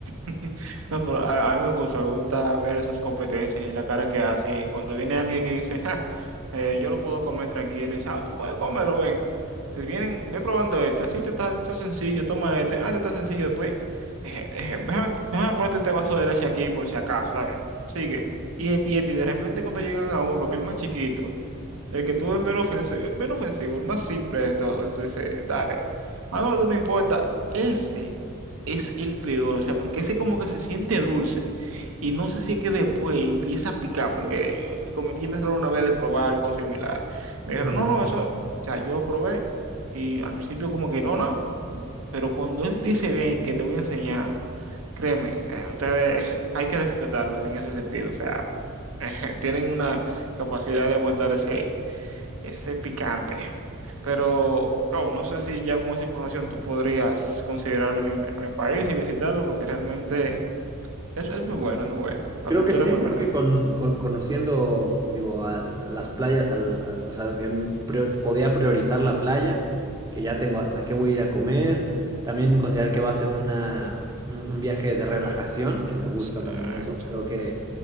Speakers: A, on the right; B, on the right.
A: <laughs> No, pero a, a mí me gusta, me gusta ver esas competencias y la cara que hacen. Y cuando viene alguien y dice, "Ja, eh, yo lo puedo comer tranquilo, y dice, ah, tú puedes comerlo, ven. Te vienen, ve probando este, así te está, está sencillo, toma este, ah, te está sencillo, después, eh, eh, déjame, déjame ponerte este vaso de leche aquí por si acaso, está bien. Sigue. Y este, y este, y de repente cuando llegan a uno, que es el más chiquito. El que tuvo el menos ofensivo, el menos ofensivo, el más simple de todos. Tú dices, dale. Ah, no, no importa. Ese es el peor, o sea, porque ese como que se siente dulce. Y no sé si es que después empieza a picar, porque yo cometí el error una vez de probar algo similar. Me dijeron,
B: Ujú.
A: no, no, eso, o sea, yo lo probé. Y al principio como que no, no. Pero cuando él dice, ven, que te voy a enseñar, créeme, eh, ustedes <laughs> hay que respetarlo en ese sentido. O sea, <laughs> tienen una capacidad de aguantar ese ese picante. Pero, bro, no sé si ya con esa información tú podrías considerar venir a mi a mi país y visitarlo, porque realmente es, es muy bueno, es muy bueno. La
B: Creo
A: cultura
B: que sí,
A: es muy
B: creo
A: buena.
B: que con, con- conociendo, digo, al- las playas, al, al- o sea, que m- prio- podía priorizar la playa, que ya tengo hasta qué voy a ir a comer, también considerar que va a ser una, un un viaje de relajación, que me gusta
A: Exacto.
B: también eso, creo que